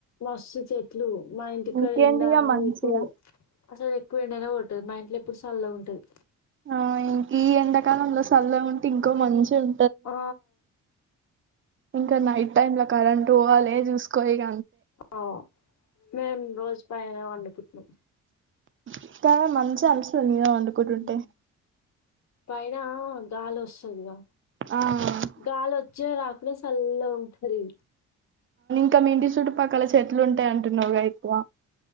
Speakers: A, on the left; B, on the right.
A: మస్సు చెట్లు మా ఇంటి
B: ఇంకేంది
A: కాడ ఎండా
B: ఇక మంచిగా
A: ఎక్కువ అసలు ఎక్కువ ఎండానే కొ మా ఇంట్లో ఎప్పుడు సల్లగా ఉంటది.
B: ఆ ఇంక ఈ ఎడాకాలంలో సల్ల ఉంటే ఇంకో మంచి ఉం
A: ఆ
B: ఇంకా నైట్ టైమ్ లో కరెంట్ పోవాలే చూసుకో ఇగ
A: ఆ మేము రోజు పైన వండుకుం టం
B: ఇక్క మంచింగా అ ని అందుకొకుంటే
A: ఉమ్. పైన గాలి అస్తుందిగా
B: ఆ
A: గాలి వచ్చి రాకుడా చల్ల ఉంటాది
B: <unintelligible> ఇంటి చూటు పక్కాల చే ఎట్లుంటాయి అంటున్నావుగా ఎక్కువ